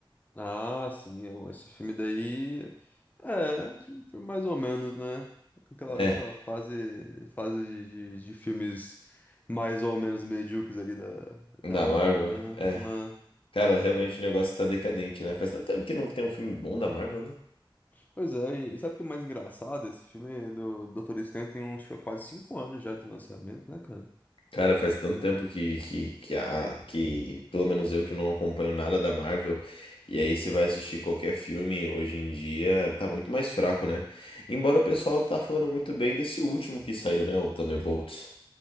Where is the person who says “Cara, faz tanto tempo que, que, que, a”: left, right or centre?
Left